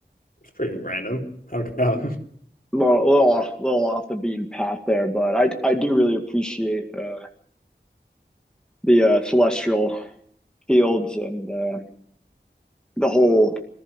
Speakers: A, on the left; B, in the centre.
A: It's pretty random. How come?
B: A little, little, little off the beaten path there, but I I do really appreciate uh, the uh, celestial fields and uh, the whole